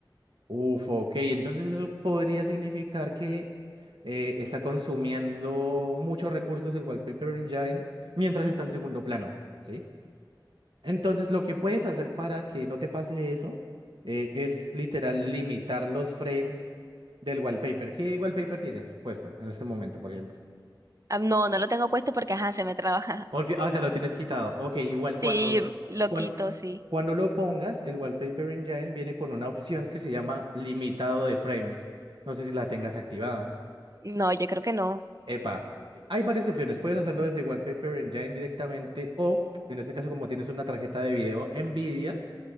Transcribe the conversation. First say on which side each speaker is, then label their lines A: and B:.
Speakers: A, on the right (about 80°); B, on the right (about 40°).
A: Uf, ok. Entonces eso podría significar que eh, está consumiendo muchos recursos el Wallpaper Engine mientras está en segundo plano, ¿sí? Entonces, lo que puedes hacer para que no te pase eso eh, es literal limitar los frames del wallpaper. ¿Qué wallpaper tienes puesto en este momento, por ejemplo?
B: Ah, no, no lo tengo puesto porque, ajá, se me traba. <laughs>
A: Porque, ah, o sea, lo tienes quitado. Ok, igual
B: Sí,
A: cuando lo,
B: lo
A: cuan-
B: quito, sí.
A: cuando lo pongas, el Wallpaper Engine viene con una opción que se llama limitado de frames. No sé si la tengas activada.
B: No, yo creo que no.
A: Epa, eh, hay varias opciones. Puedes hacerlo desde Wallpaper Engine directamente o, en este caso, como tienes una tarjeta de video NVIDIA.